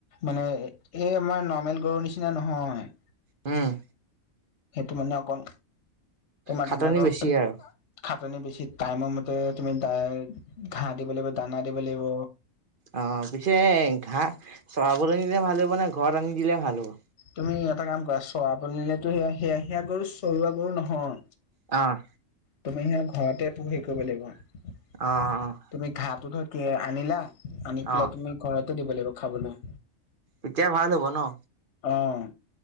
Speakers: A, on the left; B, on the right.
A: মানে এই আমাৰ নৰ্মেল গৰুৰ নিচিনা নহয়।
B: উম।
A: সেইটো মানে অকণ তোমাৰ
B: খাটনি
A: ধুনীয়াকৈ।
B: বেছি আৰু
A: <unintelligible> খাটনি বেছি টাইমৰ মতে তুমি দাই ঘাঁহ দিব লাগিব দানা দিব লাগিব।
B: অ' পিছে ঘাঁহ চৰাবলৈ নিলে ভাল হ'ব নে ঘৰত আনি দিলে ভাল হ'ব।
A: তুমি এটা কাম কৰা। চৰাবলৈ নিলেটো সেয়া সেয়া সেয়া গৰু চৰুা গৰু নহয়।
B: অ'।
A: তুমি সিহঁত ঘৰতে পুহি কৰিব লাগিব।
B: অঁ অঁ!
A: তুমি ঘাটো ধৰ কি আনিলা আনি পেলাই
B: অ'
A: তুমি ঘৰতে দিব লাগিব খাবলৈ।
B: এতিয়া ভাল হ'ব নহ।
A: অঁ!